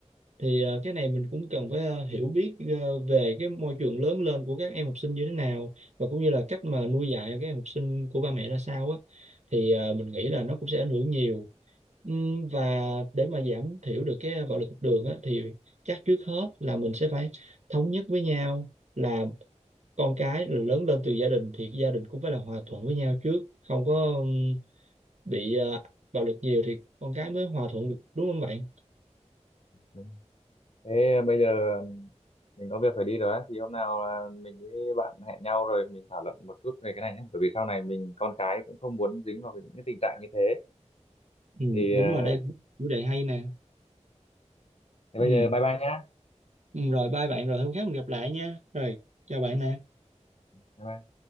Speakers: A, on the right; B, on the left.
A: thì ờ, cái này mình cũng cần phải ờ, hiểu biết ờ, về cái môi trường lớn lên của các em học sinh như thế nào và cũng như là cách mà nuôi dạy các em học sinh của ba mẹ ra sao á thì ờ, mình nghĩ là nó cũng sẽ ảnh hưởng nhiều Ừm, và để mà giảm thiểu được cái bạo lực học đường á thì chắc trước hết là mình sẽ phải thống nhất với nhau là con cái rồi lớn lên từ gia đình thì gia đình cũng phải là hòa thuận với nhau trước không có ừm, bị ờ, bạo lực nhiều thì con cái mới hòa thuận được đúng không bạn?
B: đúng. thế bây giờ mình có việc phải đi rồi á thì hôm nào à, mình với bạn hẹn nhau rồi mình thảo luận một chút về cái này nhé bởi vì sau này mình con cái cũng không muốn dính vào những cái tình trạng như thế
A: Ừ,
B: thì
A: đúng
B: à,
A: rồi đây là một chủ đề hay nè
B: Thế bây
A: ừ.
B: giờ bye bye nhá.
A: Ừ, rồi bye bạn rồi hôm khác mình gặp lại nha rồi chào bạn nè
B: Bye bye.